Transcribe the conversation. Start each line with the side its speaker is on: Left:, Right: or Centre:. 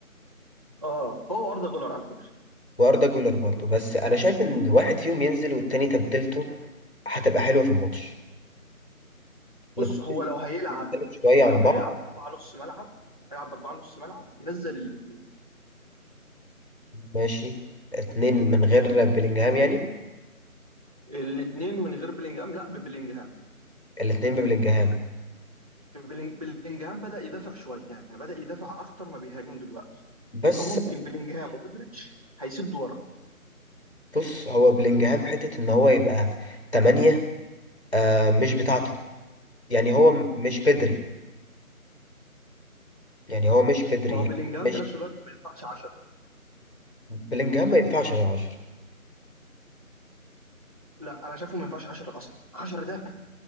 Right: اه هو ارض جولر على فكره
Left: واردا جولر برضه بس انا شايف ان واحد فيهم ينزل والتاني تبديلته هتبقى حلوه في الماتش
Right: بص
Left: الاتنين
Right: هو لو هيلعب
Left: مختلف شويه
Right: لو
Left: عن
Right: هيلعب
Left: بعض
Right: باربعه نص ملعب لو هيلعب باربعه نص ملعب ينزل الاثنين
Left: ماشي اتنين من غير بلينجهام يعني
Right: الاثنين من غير بلينجهام لا ببلينجهام
Left: الاتنين ببلينجهام
Right: بلينج- بلينجهام بدأ يدافع شوية يعني بدأ يدافع أكتر ما بيهاجم دلوقتي
Left: بس
Right: فممكن بلينجهام ومودريتش هيسدوا ورا
Left: بص هو بلينجهام حتة ان هو يبقى تمانية آه مش بتاعته يعني هو م- مش بدري يعني هو مش بدري
Right: ما هو بلينجهام
Left: مش
Right: في نفس الوقت ما ينفعش 10
Left: بلينجهام ما ينفعش غير عشرة
Right: لا انا شايفه ما ينفعش 10 اصلا 10 ده